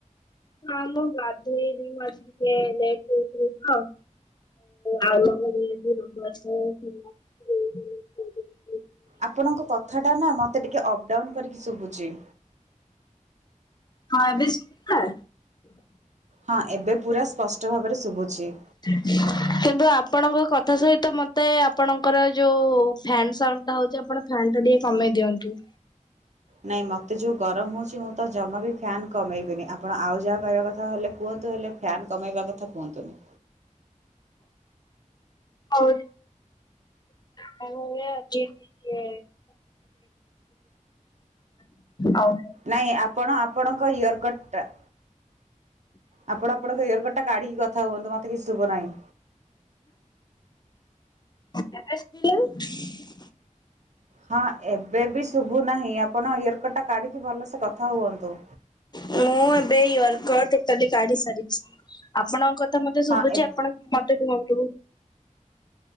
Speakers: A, on the left; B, on the right.
A: ନାଁ ମୁଁ ଗାଧେଇନି ମୁଁ ଆଜି ଟିକେ ଲେଟ ରେ ଉଠିଲି ତ। ଅ ଆଉ ର <unintelligible>
B: ଆପଣଙ୍କ କଥାଟା ନା ମତେ ଟିକେ ଅପ୍ ଡାଉନ କରିକି ଶୁବୁଚି।
A: ହଁ ଏବେ ସୁବିଲା?
B: ହଁ ଏବେ ପୁରା ସ୍ପଷ୍ଟ ଭାବରେ ଶୁବୁଚି।
A: <inaudible> କିନ୍ତୁ ଆପଣଙ୍କ କଥା ସହିତ ମୋତେ ଆପଣଙ୍କର ହୋଉ ଫ୍ୟାନ୍ ସାଉଣ୍ଡ ଟା ହଉଛି ଆପଣ ଫ୍ୟାନ୍ ଟା ଟିକେ କମେଇ ଦିଅନ୍ତୁ।
B: ନାଇଁ ମୋତେ ଯେଉଁ ଗରମ ହେଉଛି ମୁଁ ତ ଜମା ବି ଫ୍ୟାନ୍ କମେଇବିନି। ଆପଣ ଆଉ ଯାହା କହିବା କଥା ହେଲେ କୁହନ୍ତୁ ହେଲେ ଫ୍ୟାନ୍ କମାଇବା କଥା କୁହନ୍ତୁନି।
A: ହଉ। ଣ <unintelligible> ଅ ହ। <unintelligible>
B: ନାଇଁ ଆପଣ ଆପଣଙ୍କ ଇୟରକଟ୍ ଟା ଆପଣ ଆପଣଙ୍କ ଇୟରକଡ଼ ଟା କାଢିକି କଥା ହୁଅନ୍ତୁ ମତେ କିଛି ଶୁଭୁ ନାହିଁ।
A: ଏବେ ଶୁବିଲା?
B: ହଁ ଏବେ ବି ଶୁଭୁ ନାହିଁ। ଆପଣ ଇୟରକଟ ଟା କାଢ଼ିକି ଭଲସେ କଥା ହୁଅନ୍ତୁ।
A: ମୁଁ ଏବେ ଇୟରକଟ ଟୋଟାଲି କାଢି ସାରିଚି। ଆପଣଙ୍କ କଥା ମତେ ଶୁଭୁଛି
B: ହଁ ଏବ୍
A: ଆପଣ ମତେ କୁହନ୍ତୁ?